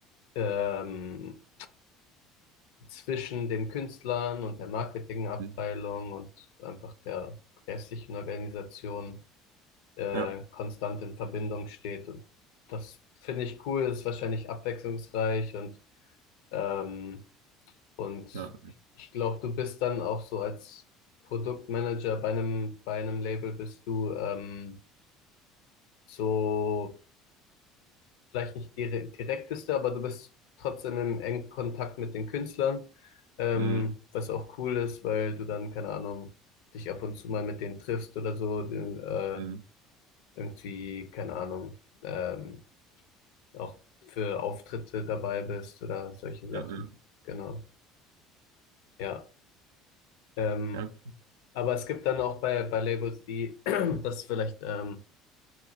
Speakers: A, on the left; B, on the right.
A: ähm, zwischen den Künstlern und der Marketingabteilung
B: Mhm.
A: und einfach der restlichen Organisation äh,
B: Ja.
A: konstant in Verbindung steht. Und das finde ich cool, ist wahrscheinlich abwechslungsreich und, ähm, und
B: Ja.
A: ich glaube, du bist dann auch so als Produktmanager bei einem, bei einem Label bist du ähm, so vielleicht nicht dire- direkteste, aber du bist trotzdem im engen Kontakt mit den Künstlern, ähm,
B: Mhm.
A: was auch cool ist, weil du dann, keine Ahnung, dich ab und zu mal mit denen triffst oder so, den, äh,
B: Mhm.
A: irgendwie, keine Ahnung, ähm, auch für Auftritte dabei bist oder solche Sachen.
B: Ja. Ja.
A: Genau, ja. Ähm,
B: Ja. Ja.
A: aber es gibt dann auch bei, bei Labels, die, <clears throat> das ist vielleicht ähm,